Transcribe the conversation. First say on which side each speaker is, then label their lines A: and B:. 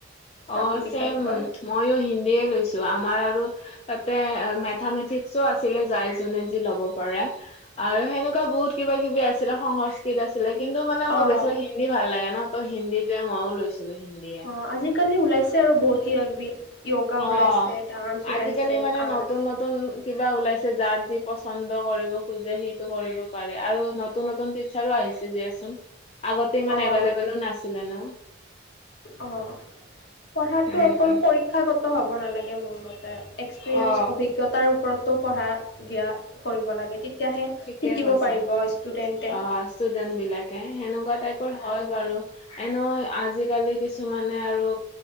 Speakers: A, on the left; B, on the left.
A: বাকীকেইটাতকৈ
B: অ চেম ময়ো হিন্দীয়ে লৈছো আমাৰ আৰু তাতে মেথামেটিক্সো আছিলে যাই যোনে যি ল'ব পাৰা আৰু সেনেকুৱা বহুত কিব কিবি আছিলে সংস্কৃত আছিলে কিন্তু মানে মই
A: অঁ
B: বেছিভাগ হিন হিন্দী ভাল লাগে ন ত হিন্দীটোয়ে ময়ো লৈ ছিলে হিন্দী
A: অ আজিকালি ওলাইছে আৰু বহুত কিবাকিবি য়োগা
B: অ
A: ওলাইছে ডান্স
B: আজিকালি
A: ওলাইছে
B: মানে
A: আৰ্টছ
B: নতুন নতুন কিবা ওলাইছে যাৰ যি পচন্দ কৰিব। খোজে সেইটো কৰিব পাৰে আৰু নতুন নতুন টিচাৰো আহিছে দিয়াচোন আগতে ইমান
A: অঁ
B: এভেলেব বোলো নাছিলে ন।
A: অ' পঢ়াটো
B: সেনেকুৱা
A: অকল পৰীক্ষাগত হব নালাগ মোৰ মতে এক্সপিৰিয়েন্ঞ্চ
B: অ
A: অভিজ্ঞতাৰ ওপৰতো পঢ়া দিয়া কৰিব লাগে। তেতিয়াহে।
B: ঠিকেই
A: শিকিব
B: কৈছা,
A: পাৰিব ষ্টুডেণ্টে
B: অ' ষ্টুডেন্ট বিলাকে সেনেকুৱা টাইপৰ হয়, বাৰু, এনেও আজিকালি কিছুমানে আৰু